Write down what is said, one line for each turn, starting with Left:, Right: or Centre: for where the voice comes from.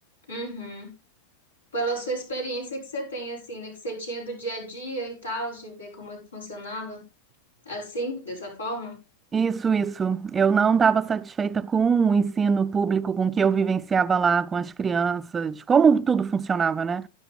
Left: Uhum. Pela sua experiência que você tem, assim, né? Que você tinha do dia a dia e tal, de ver como é que funcionava. Assim, dessa forma?
Right: Isso, isso. Eu não estava satisfeita com o ensino público, com o que eu vivenciava lá, com as crianças, como tudo funcionava, né?